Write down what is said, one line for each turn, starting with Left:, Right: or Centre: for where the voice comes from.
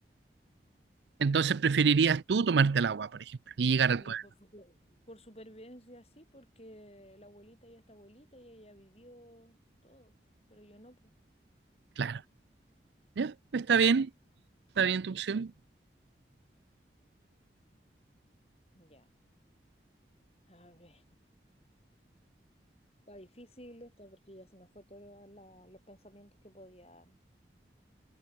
Right: Entonces preferirías tú tomarte el agua, por ejemplo, y llegar
Left: Sí,
Right: al pueblo.
Left: por, super- por supervivencia sí, porque la abuelita ya está abuelita y ella vivió todo, pero yo no, pues.
Right: Claro. Ya, está bien, está bien tu opción.
Left: Ya. A ver. Está difícil, está porque ya se me fue todos los pensamientos que podía.